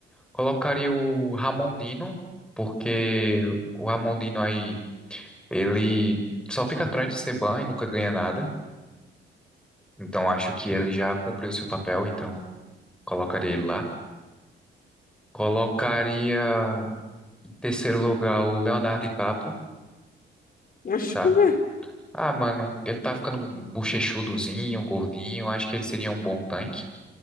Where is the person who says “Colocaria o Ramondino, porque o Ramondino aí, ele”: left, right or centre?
Centre